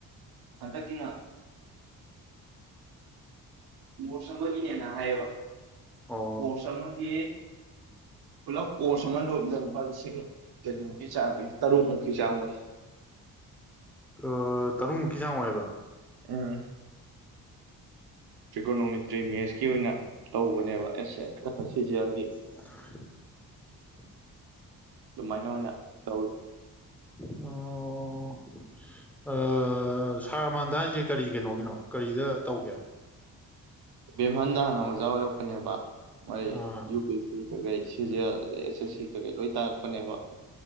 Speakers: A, on the right; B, in the centre.
A: ꯍꯟꯗꯛꯀꯤꯅ ꯀꯣꯔꯁ ꯑꯃꯒꯤꯅꯦꯅ ꯍꯥꯏꯌꯦꯕ
B: ꯑꯣ
A: ꯀꯣꯔꯁ ꯑꯃꯒꯤ ꯄꯨꯂꯞ ꯀꯣꯔꯁ ꯑꯃ ꯂꯣꯏꯗꯕ ꯂꯨꯄꯥ ꯂꯤꯁꯤꯡ꯫ ꯆꯅꯤꯃꯨꯛꯀꯤ ꯆꯥꯡ ꯑꯣꯏ ꯇꯔꯨꯛꯃꯨꯛꯀꯤ ꯆꯥꯡꯑꯣꯏ
B: ꯑ ꯇꯔꯨꯃꯨꯛꯀꯤ ꯆꯥꯡꯑꯣꯏꯕ꯫
A: ꯎꯝ꯫ ꯇꯔꯤꯀꯣꯅꯣꯃꯤꯇ꯭ꯔꯤ ꯃꯦꯁꯀꯤ ꯑꯣꯏꯅ ꯇꯧꯕꯅꯦꯕ ꯑꯦꯁ ꯑꯦ ꯁꯤꯖꯤꯜꯒꯤ
B: <unintelligible>
A: ꯑꯗꯨꯃꯥꯏꯅ ꯑꯣꯏꯅ ꯇꯧꯋꯤ꯫
B: ꯑꯣ꯫ ꯑ ꯁꯥꯔ ꯔꯃꯥꯟꯗꯥ ꯍꯥꯏꯁꯦ ꯀꯔꯤ ꯀꯩꯅꯣꯒꯤꯅꯣ ꯀꯔꯤꯗ ꯇꯧꯒꯦ꯫
A: ꯚꯦꯝꯍꯟꯗ ꯍꯥꯟꯅ ꯑꯣꯖꯥ ꯑꯣꯏꯔꯛꯄꯅꯦꯕ ꯃꯣꯏ
B: ꯑꯥ
A: ꯌꯨ ꯄꯦ ꯁꯤ ꯀꯩꯀꯩ ꯁꯤꯖꯤꯑꯦꯜ ꯑꯗꯩ ꯑꯦꯁ ꯑꯦꯁ ꯁꯤ ꯀꯩꯀꯩ ꯂꯣꯏ ꯇꯥꯔꯛꯄꯅꯦꯕ꯫